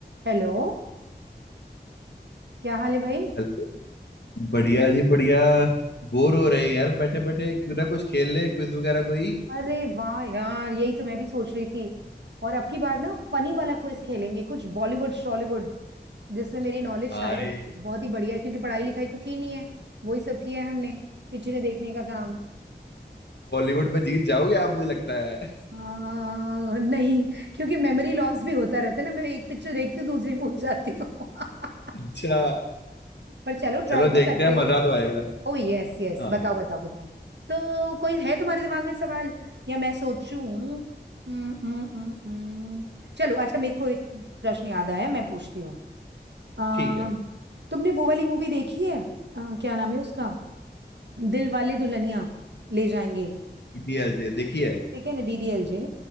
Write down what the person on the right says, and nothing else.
Hello क्या हाल है भाई
अरे वाह यार यही तो मैं भी सोच रही थी और अब की बार ना फनी वाला क्विज खेलेंगे कुछ बॉलीवुड शॉलीवुड जिसमें मेरी नॉलेज
शायद बहुत ही बढ़िया है क्योंकि पढ़ाई लिखाई तो की नहीं है वही सब किया है हमने पिक्चरें देखने का काम
आ, नहीं क्योंकि मेमोरी लॉस भी होता रहता है ना मैं एक पिक्चर देखती हूँ दूसरी भूल जाती हूँ <laughs>
पर चलो ट्राई
तो
करते
हैं
ओ यस यस
बताओ बताओ बताओ तो कोई है तुम्हारे दिमाग में सवाल या मैं सोचूं हम्म हम्म हम्म हम्म। चलो अच्छा मेरे को एक प्रश्न याद आया मैं पूछती हूँ अम,
तुमने वो वाली मूवी देखी है अ, क्या नाम है उसका दिल वाले दुल्हनिया ले जाएंगे
ठीक है ना डीडीएलजे